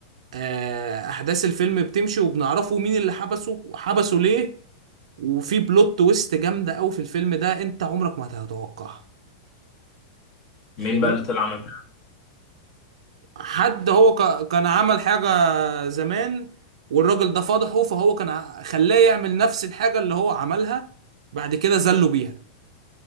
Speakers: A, on the right; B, on the left.
A: آه، احداث الفيلم بتمشي وبنعرفه مين اللي حبسه وحبسه ليه وفي بلوت تويست جامده قوي في الفيلم ده انت عمرك ما هتتوقعها فاهمني
B: مين بقى اللي طلع عمل كده
A: حد هو ك- كان عمل حاجة زمان والراجل ده فضحه فهو كان ع- خلاه يعمل نفس الحاجة اللي هو عملها بعد كده زله بيها